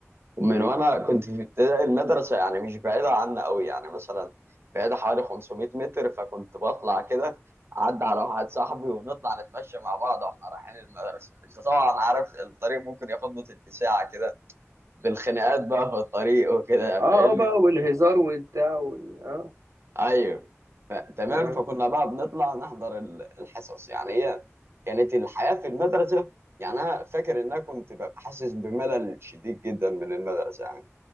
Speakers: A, on the right; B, on the right.
A: ومن
B: مم.
A: وانا كنت في ابتدائي المدرسه يعني مش بعيده عنا قوي يعني مثلا بعيده حوالي 500 متر فكنت بطلع كده اعدي على واحد صاحبي ونطلع نتمشى مع بعض واحنا رايحين المدرسه انت طبعا عارف الطريق ممكن ياخد له تلت ساعه كده بالخناقات بقى في الطريق وكده
B: اه
A: فاهمني
B: اه بقى والهزار والبتاع وال... اه
A: ايوه ف- تمام
B: اه
A: فكنا بقى بنطلع نحضر ال- الحصص يعني هي كانت الحياه في المدرسه يعني انا فاكر ان انا كنت ببقى حاسس بملل شديد جدا من المدرسه يعني